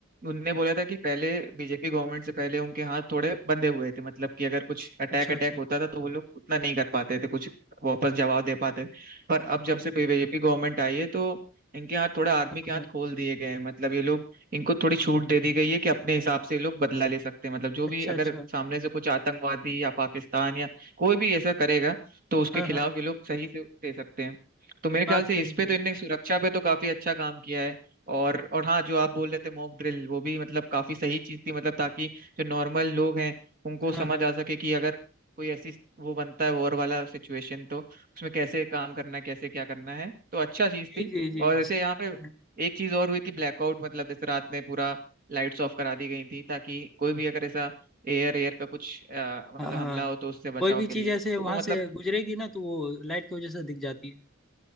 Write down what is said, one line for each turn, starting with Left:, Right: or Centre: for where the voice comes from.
Right: उनने बोला था कि पहले बीजेपी गवर्नमेंट से पहले उनके हाथ थोड़े बंधे हुए थे मतलब कि अगर कुछ अटैक
Centre: अच्छा
Right: अटैक
Centre: अच्छा
Right: होता था तो वो लोग उतना नहीं कर पाते थे कुछ वापस जवाब दे पाते थे। पर अब जब से बीजेपी गवर्नमेंट आई है तो इनके हाथ थोड़ा आर्मी
Centre: हाँ
Right: के हाथ खोल दिए गए हैं मतलब ये लोग इनको थोड़ी छूट दे दी गई है कि अपने हिसाब से ये लोग बदला ले सकते हैं मतलब जो
Centre: अच्छा
Right: भी
Centre: अच्छा
Right: अगर सामने से कुछ आतंकवादी या पाकिस्तान या कोई भी ऐसा करेगा तो उसके
Centre: हाँ
Right: खिलाफ
Centre: हाँ
Right: ये लोग सही से दे सकते हैं तो मेरे
Centre: बात
Right: ख्याल से
Centre: सही
Right: इस पे
Centre: है
Right: तो इनने सुरक्षा पे तो काफी अच्छा काम किया है और और हाँ जो आप बोल रहे थे मॉक ड्रिल वो भी मतलब काफी सही चीज थी मतलब ताकि जो नॉर्मल लोग हैं उनको
Centre: हाँ
Right: समझ
Centre: हाँ
Right: आ सके कि अगर कोई ऐसी वो बनता है वॉर वाला सिचुएशन तो उसमें कैसे काम करना है कैसे क्या करना है तो अच्छा चीज
Centre: जी
Right: थी
Centre: जी जी
Right: और जैसे
Centre: सही
Right: यहाँ
Centre: बता
Right: पे
Centre: रहे हैं
Right: एक चीज और हुई थी ब्लैकआउट मतलब जैसे रात में पूरा लाइट्स ऑफ करा दी गई थी ताकि कोई भी अगर ऐसा एयर एयर का कुछ अ, मतलब
Centre: हाँ हाँ
Right: हमला हो तो उससे बचाव
Centre: कोई भी
Right: के
Centre: चीज
Right: लिए
Centre: ऐसे वहां
Right: तो वो मतलब
Centre: से गुजरेगी ना तो वो लाइट की वजह से दिख जाती है